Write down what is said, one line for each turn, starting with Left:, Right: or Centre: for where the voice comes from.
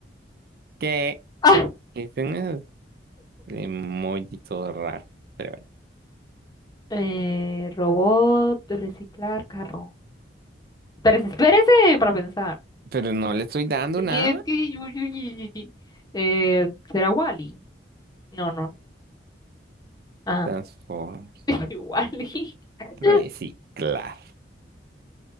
Right: ¿Qué?
Left: Ah,
Right: Que son esos emojis todo raros. Pero bueno.
Left: eh, robot, reciclar, carro. Pero espérese para pensar.
Right: Pero no le estoy dando
Left: Y
Right: nada.
Left: es que yo- yo- yo- yo- yo- eh, ¿será Wally? No, no. Ah,
Right: Transform.
Left: <laughs> Wally. <laughs>
Right: Reciclar.